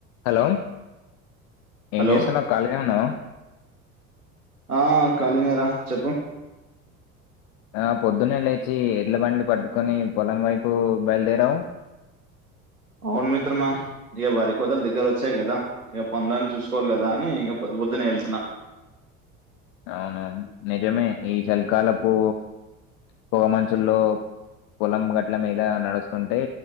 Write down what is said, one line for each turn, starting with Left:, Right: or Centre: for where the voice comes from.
Left: హలో ఏం
Right: హలో
Left: చేస్తున్నావ్ కలిగానే ఉన్నావ
Right: ఆ కలినే రా చెప్పు
Left: ఆ పొద్దున్నే లేచి ఎడ్ల బండి పట్టుకొని పొలం వైపు బయలుదేరావ
Right: అవును మిత్రమా ఇక వరి కోతలు దగ్గర వచ్చాయి కదా ఇక పనులన్ని చూసుకోవలి కదా అని <unintelligible> పొద్దు పొద్దున్నే వెళ్తున్న
Left: అవునా నిజమే ఈ చలి కాలపూ పొగ మంచుల్లో పొలం గట్ల మీద నడుస్తుంటే